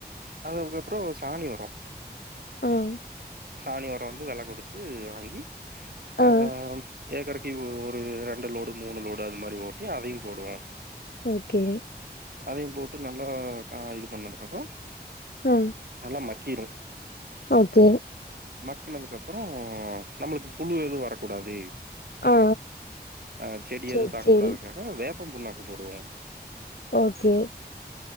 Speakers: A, on the right; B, on the left.
A: அதுக்கப்புறோ சாணி வரு
B: ஆஹ்
A: சாணி உரோ வந்து வேல குடுத்து வாங் ங்கி அ
B: ஆ
A: ம் ஏக்கருக்கு ஒரு ரெண்டு லோடு மூணு லோடு அது மாரி ஓட்டி அதையும் போடுவோம்
B: ஓகே
A: அதையும் போட்டு நல்லா இது பண்ணதுக்கு அப்பறம்
B: ஆ
A: அல்லமை கீறும்
B: ஓகே
A: பக்குனதுக்கு அப்புறம் நம்மளுக்கு புழு எதுவும் வரக்கூடாது
B: ஆ
A: அஹ் செடி
B: சேரி
A: எதுவும் தாக்க
B: சேரி
A: கூடாதுக்காக வே ப்பம் புண்ணாக்கு போடுவே
B: ஓகே